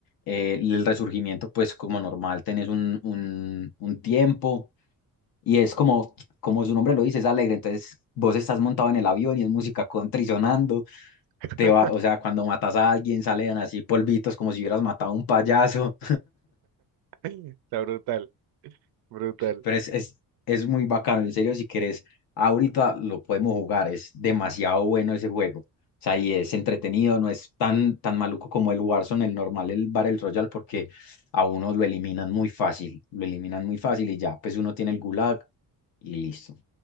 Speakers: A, on the left; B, on the right.
A: eh, el resurgimiento pues como normal tenés un, un, un tiempo y es como, como su nombre lo dice, es alegre, entonces vos estás montado en el avión y es música country sonando,
B: <laughs>
A: te va, o sea, cuando matas a alguien salen así polvitos como si hubieras matado a un payaso,
B: Está brutal, brutal.
A: Pero es, es, es muy bacano, en serio, si querés, ahorita lo podemos jugar, es demasiado bueno ese juego. O sea, y es entretenido, no es tan, tan maluco como el Warzone, el normal, el Battle Royale, porque a uno lo eliminan muy fácil, lo eliminan muy fácil y ya, pues uno tiene el Gulag y listo.